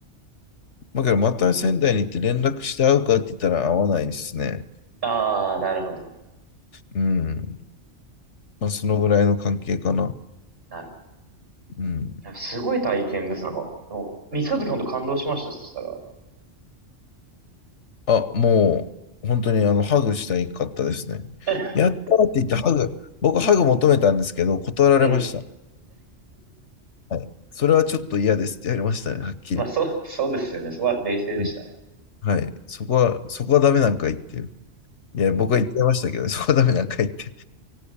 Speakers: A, on the left (about 75°); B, on the right (about 55°).
A: まあ、けど、また仙台に行って連絡して会うかって言ったら会わないですね。
B: ああ、なるほど。
A: うん。まあ、そのぐらいの関係かな。
B: なるほど。
A: うん。
B: やっぱすごい体験です。なんか、お見つかった時本当感動しました、そしたら。
A: あ、もう、本当にあの、ハグしたいかったですね。
B: <laughs>
A: やったーって言ってハグ、僕ハグ求めたんですけど、断られました。
B: ええ。
A: はい。それはちょっと嫌ですって言われましたね、はっきり。
B: まあ、そう、そうですよね。そこは冷静でしたね。
A: うんはい。そこは、そこはダメなんか言っていう。いや、僕は言ってましたけどね <laughs> そこはダメなんか言って。